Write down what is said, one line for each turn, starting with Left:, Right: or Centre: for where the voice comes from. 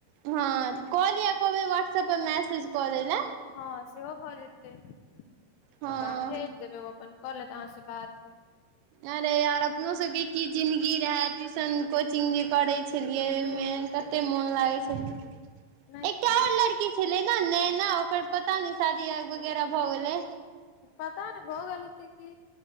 Right: हँ कॉल या कहब व्हाटसअप पर मैसेज कऽ रे ला,
Left: हँ सेहो भऽ जेतै तऽ
Right: हँ
Left: ओकरा हम भेज देबै, अपन कऽ लेत अहाँ से बात,
Right: अरे यार अपनो सबके की जिन्दगी रहे ट्यूशन कोचिंग जे करैत, छलियै
Left: हूँ
Right: मे कते मन लागे छल
Left: नहि
Right: एकटा
Left: तऽ
Right: आओर लड़की? छलै ने नेना ओकर पता न शादी वगैरह भऽ गेलै,
Left: पता नहि भो गेललतै की,